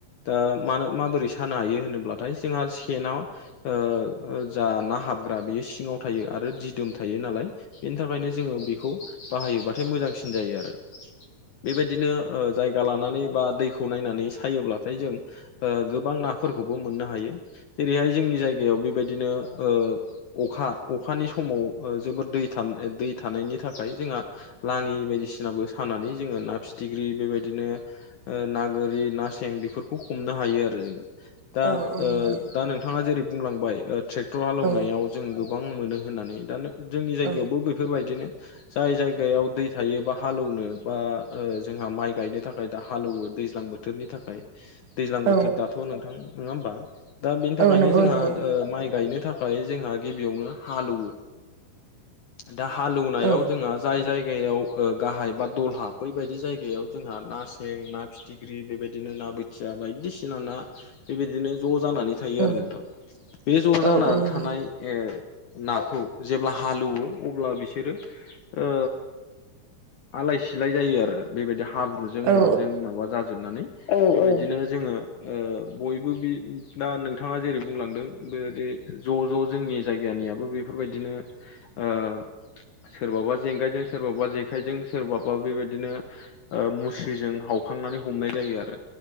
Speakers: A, on the left; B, on the right.
A: दा मानो मा माबोरै सानो हायो होनोब्लाथाय जोंहा सेनाव ओ ओ जा ना हाब ग्रा बियो सिङाव थायो आरो दिदोम थायो नालाय बेनि थाखायनो जोङो बेखौ। बाहायोबाथाय मोजांसिन जायो आरो बेबायदिनो ओ जायगा लानानै बा दैखौ नायनानै सायोब्लाथाय जों ओ गोबां नाफोरखौबो मोननो हायो जेरैहाय जोंनि जायगायाव बेबायदिनो ओ अखा अखानि समाव जोबोर दै थान दै थानायनि थाखाय जोंहा लाङि बायदिसिनाबो सानानै जोङो ना फिथिख्रि बेबायदिनो उह ना गोरि ना सें बिफोरखौ हमनो हायो आरो जोङो। दा
B: औ औ
A: ओ
B: नंगौ
A: दा नोंथांङा जेरै बुंलांबाय ओ ट्रेक्टर हालौवनायाव
B: औ
A: जों गोबां मोनो होननानै दा जोंनि जायगायावबो
B: औ
A: बेफोरबायदिनो। जाय जायगायाव दै थायोबा हालौनो बा उह जोंहा माइ गायनो थाखाय दा हालौवो दैज्लां बो थोरनि थाखाय। दैज्लां
B: औ
A: बोथोर दाथ' नोंथां। नोङा होमबा? दा बेनि थाखायनो
B: औ नंगौ
A: जोंहा
B: नंगौ
A: ओ माइ गायनो था खाय जोंहा गिबियावनो हालौवो दा हालौनायाव
B: औ
A: जोंहा जाय जायगायाव ओ गाहाय बा दलहा बैबायदि जायगायाव जोंहा ना सें, ना फि फिथिग्रि बेबायदिनो ना बोथिया बायदिसिना ना बेबायदिनो ज' जानानै थायो
B: औ
A: आरो नोंथां। बे ज'
B: औ
A: जानानै
B: औ नंगौ
A: थानाय ए नाखौ जेब्ला हालेवो अब्ला बिसोरो ओ आलाय-सिलाय जायो आरो बेबादि हाब्रुजों
B: औ
A: माजों माबा जाजोबनानै। औ औ बिदिनो जोंङो ओ बयबो बि दा नोंथाङा जेरै बुंलांदों बेबायदि ज' ज' जोंनि जायगानियाबो बेफोरबायदिनो ओ सोरबाबा जेंगायजों, सोरबाबा जेखाइजों, सोरबाबा बेबायदिनो ओ मुस्रिजों हावखांनानै हमनाय जायो आरो